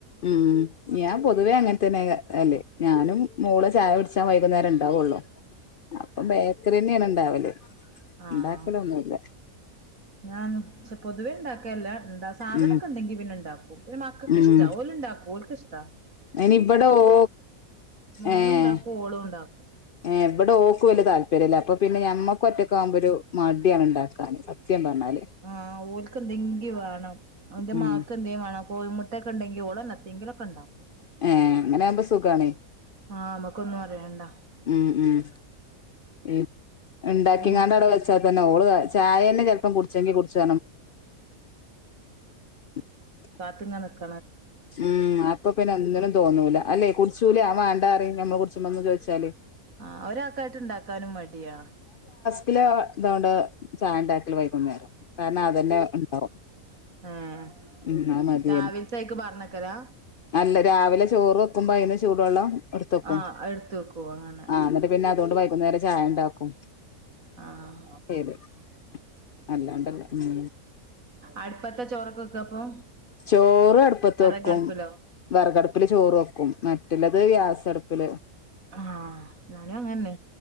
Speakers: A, on the left; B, on the right.
A: ഉം ഞാൻ പൊതുവേ അങ്ങനെ തന്നെ അല്ലെ ഞാനും മോള് ചായ കുടിച്ചാ വൈകുന്നേരം ഇണ്ടാവോള് അപ്പം ബേക്കറി തന്നെയാണ് ഇണ്ടാവല് <inaudible>
B: ആഹ്
A: ഇണ്ടാക്കല് ഒന്നും ഇല്ല
B: ഞാൻ പൊതുവേ ഉണ്ടാക്ക ഇല്ലാ ന്താ സാധനൊക്ക്
A: ഉം
B: ഇണ്ടെങ്കി ഇവൻ ഇണ്ടാക്കും പിന്നെ മക്കക്ക്
A: ഉം
B: ഇഷ്ടാ ഓല് ഇണ്ടാക്കും ഓൽക്ക് ഇഷ് <unintelligible>
A: അയിന് ഇവിട ഓ
B: മോനും
A: ഏഹ്
B: ഉണ്ടാക്കും ഓളും ഉണ്ടാക്കും
A: ഏ ഇവിടെ ഓക്ക് വലിയ താല്പര്യല്ല അപ്പൊ പിന്നെ ഞമ്മ ഒറ്റക്ക് ആവുമ്പോ ഒരു മ ത്തിയാണ് ഉണ്ടാക്കാന് പറഞ്ഞാല്
B: ആഹ് ഓൽക്ക് എന്തെങ്കിം വേണം അവന്റെ
A: ഉം
B: മാക്ക് എന്തേം വേണം കോഴിമുട്ട <unintelligible> ഉണ്ടെങ്കി ഓള് <unintelligible> ഒണ്ടാക്കും
A: ഏ അങ്ങനെ ആവുമ്പ സുഖാണ്
B: ആ മ്മക്കൊന്നും അറയണ്ടാ
A: ഉം ഉം ഉം ണ്ടാക്കി
B: അയിന്
A: <unintelligible> അവിടെ വെച്ചാൽ തന്നെ ഓള് കാ ചായ ന്നെ ചെലപ്പം കുടി ചെങ്കി കുടിച്ച് <unintelligible>
B: പാത്ത്ങ്ങ നിക്ക്
A: ഉം അപ്പൊ പിന്നെ ഒന്നിനും തോന്നൂല അല്ലേ കുടിച്ചൂല ആ വേണ്ടാറിം ഞമ്മള് കുടിചുമ്പൊന്ന് ചോയിച്ചാല്
B: ആഹ് ഒരാക്കായിട്ട് ഇണ്ടാക്കാനും മടിയാ
A: കിലോ തോണ്ട് ചായണ്ടാക്കല് വൈകുന്നേരം കാരണം അതന്നെ ണ്ടാവും
B: ഏഹ്
A: ഉം ആ മതി
B: രാവിലത്തേക്ക് പറഞ്ഞക്കലാ
A: അല്ല രാവിലെ ചോറ് വെക്കുമ്പോ അതയിന് ചൂടുവെള്ളം എടുത്ത് വെക്കും
B: ആഹ് എടുത്ത് വെക്കുവോ അങ്ങനെ
A: ആഹ് എന്നിട്ട് പിന് അതുകൊണ്ട് വൈകുന്നേരം ചായ ണ്ടാക്കും
B: ആഹ്
A: <inaudible> അല്ലാണ്ടല്ല ഉം
B: അടുപ്പത്താ ചോറ് ഒക്കെ വെക്ക അപ്പൊ
A: ചോറ് അടുപ്പത്ത്
B: വിറകടുപ്പിലോ
A: വെക്കും വെറകടുപ്പില് ചോറ് വെക്കും മറ്റുള്ളത് ഗ്യാസ് അടു പ്പില്
B: ആഹ് ഞാനും അങ്ങന്നെ